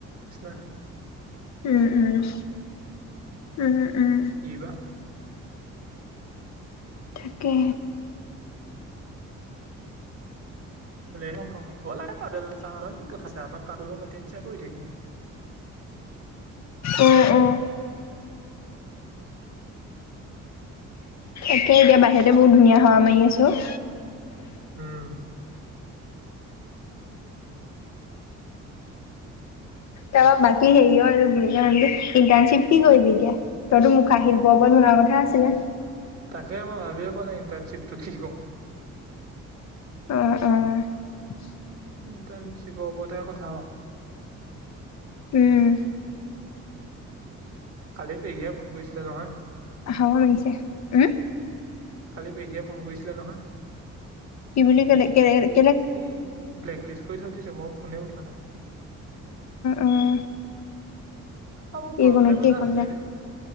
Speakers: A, on the right; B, on the left.
A: <unintelligible>
B: উম উম উম উম
A: কি দিবা
B: তাকে
A: হ'লে গম প হ'ল কি কথা আছে আমাক কাপোৰ মই কৈ থাকিম
B: অ অ একে এতিয়া বাহিৰতে বহুত ধুনীয়া বহুত ধুনীয়া হাৱা মাৰি আছে অ
A: উম
B: তাৰপৰা বাকী হেৰিও আৰু ইণ্টাৰ্ণশ্বিপ কি কৰিবি এতিয়া তইতো মোক আহি পাৱা পোৱাৰ কথা আছিলে
A: তাকে মই ভাবিয়ে পোৱা নাই ইটাৰ্ণশ্বিপটো কি কৰোঁ
B: অ অ তাকে
A: ইণ্টাৰ্ণশ্বিপৰ ওপৰতহে কথা আও
B: উম
A: কালি পেহীয়ে ফোন কৰিছিলে নহয়
B: হাৱ আহিছে উম
A: কালি পেহীয়ে ফোন কৰিছিলে নহয়
B: কি বুলি কলে কে
A: এই ব্লেক লিষ্ট কৰি থৈ দিছে মোক ফোনে উঠোৱা নাই।
B: উম
A: অ মোৰ প্ৰব্লেম
B: এইকণত
A: এটা
B: এইকণলে
A: হৈছে বে